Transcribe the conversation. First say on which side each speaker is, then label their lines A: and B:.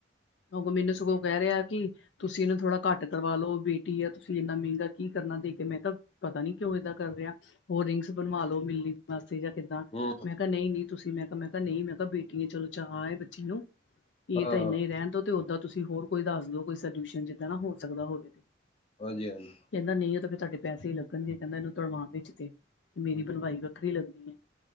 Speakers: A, on the left; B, on the left.
A: ਉਹ ਅਗੋ ਮੈਨੂੰ ਸਗੋਂ ਕਹਿ ਰਿਹਾ ਕਿ ਤੁਸੀਂ ਇਹਨੂੰ ਥੋੜਾ ਘੱਟ ਕਰਵਾ ਲਓ ਬੇਟੀ ਆ ਤੁਸੀਂ ਇੰਨਾ ਮਹਿੰਗਾ ਕੀ ਕਰਨਾ ਦੇ ਕੇ, ਮੈਂ ਕਾ ਪਤਾ ਨੀ ਕਿਉਂ ਏਦਾਂ ਕਰ ਰਿਹਾ, ਹੋਰ ਰਿੰਗਸ ਬਣਵਾ ਲੋ ਮਿਲਨੀ ਮਾਸੀ ਜਾ ਕਿੱਦਾਂ
B: ਹੂੰ
A: ਮੈਂ ਕਿਹਾ ਨਹੀਂ ਜੀ ਨਹੀਂ ਤੁਸੀਂ ਮੈਂ ਕਿਹਾ ਮੈਂ ਕਿਹਾ ਨਹੀਂ ਮੈਂ ਕਿਹਾ ਬੇਟੀ ਚਲੋ ਚਾਅ ਹੈ ਬੱਚੀ ਨੂੰ ਇਹ
B: ਹਾਂ
A: ਤਾਂ ਇੰਨੇ ਹੀ ਰਹਿਣ। ਤੇ ਓਦਾਂ ਤੁਸੀਂ ਹੋਰ ਕੋਈ ਦੱਸ ਦੋ ਕੋਈ ਸਲਿਊਸ਼ਨ ਜਿੱਦਾਂ ਨਾ ਹੋ ਸਕਦਾ ਹੋਵੇ।
B: ਹਾਂਜੀ-ਹਾਂਜੀ।
A: ਕਹਿੰਦਾ ਨਹੀਂ ਉਹ ਤਾਂ ਫਿਰ ਤੁਹਾਡੇ ਪੈਸੇ ਹੀ ਲੱਗਣਗੇ ਕਹਿੰਦਾ ਇਹਨੂੰ ਤੜਵਾਨ ਵਿੱਚ ਤੇ। ਮੇਰੀ ਬਣਵਾਈ ਵੱਖਰੀ ਲੱਗਨੀ